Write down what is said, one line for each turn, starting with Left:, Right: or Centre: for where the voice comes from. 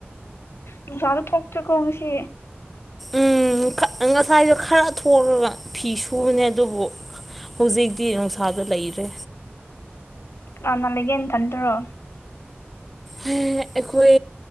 Left: ꯅꯨꯡꯁꯥꯁꯨ ꯊꯣꯛꯇꯦꯀꯣ ꯉꯁꯤ꯫
Centre: ꯎꯝ ꯈ-ꯉꯁꯥꯏꯗꯣ ꯈꯔ ꯊꯣꯛꯂꯒ ꯐꯤ ꯁꯨꯕꯅꯦ ꯑꯗꯨꯕꯨ ꯍꯧꯖꯤꯛꯇꯤ ꯅꯨꯡꯁꯥꯗ ꯂꯩꯔꯦ꯫
Left: ꯀꯅꯥ ꯀꯅꯥ ꯂꯩꯒꯦ ꯅꯊꯟꯗꯔꯣ꯫
Centre: ꯍꯦ ꯑꯩꯈꯣꯏ